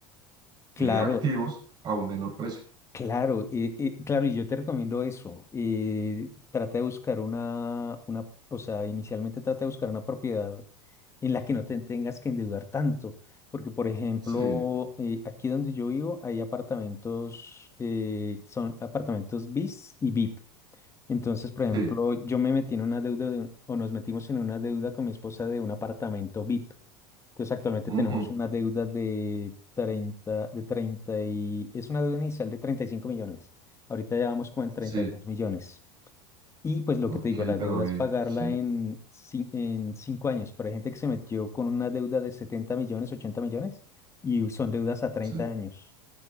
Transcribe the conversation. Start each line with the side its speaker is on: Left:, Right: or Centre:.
Left: claro.
Right: eh, activos a un menor precio.
Left: Claro, eh, eh, claro, y yo te recomiendo eso. eh, trata de buscar una, una, o sea, inicialmente trata de buscar una propiedad en la que no te tengas que endeudar tanto, porque por ejemplo,
Right: Sí,
Left: eh, aquí donde yo vivo hay apartamentos, eh, son apartamentos BIS y VIP. Entonces, por ejemplo,
Right: sí,
Left: yo me metí en una deuda, de un- o nos metimos en una deuda con mi esposa de un apartamento VIP. Entonces actualmente
Right: ujú,
Left: tenemos una deuda de 30 de 30 y es una deuda inicial de 35 millones. Ahorita ya vamos como en treinta
Right: sí,
Left: y dos millones. Y pues lo
Right: ok,
Left: que te digo, la
Right: pero
Left: deuda
Right: bien,
Left: es pagarla
Right: sí,
Left: en, cin- en 5 años. Pero hay gente que se metió con una deuda de 70 millones, 80 millones y son deudas a treinta
Right: sí.
Left: años.